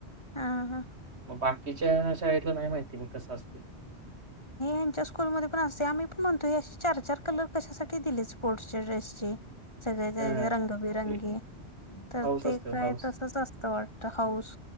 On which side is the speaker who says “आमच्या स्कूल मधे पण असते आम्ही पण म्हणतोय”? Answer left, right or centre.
Left